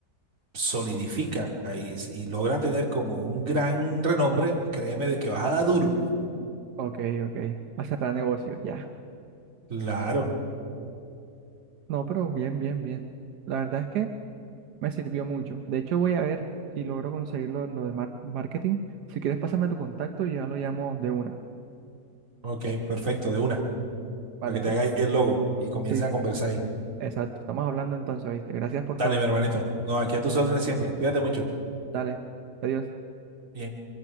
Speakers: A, on the right (about 55°); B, on the right (about 85°).
A: solidifica y, y logra tener como un gran renombre, créeme de que vas a dar duro.
B: ok, ok, va a cerrar negocio, ya.
A: Claro,
B: No, pero bien, bien, bien. La verdad es que me sirvió mucho. De hecho, voy a ver si logro conseguirlo lo lo de mar- marketing. Si quieres, pásame tu contacto y ya lo llamo de una.
A: ok, perfecto, de una,
B: Vale,
A: para que
B: entonces,
A: te haga ahí el logo y comiences
B: sí, sí,
A: a conversar ahí.
B: exacto. Estamos hablando entonces, ¿viste? Gracias por
A: Dale,
B: todo.
A: mi hermanito. No, aquí a tus órdenes siempre. Cuídate mucho.
B: Dale, adiós.
A: Bien.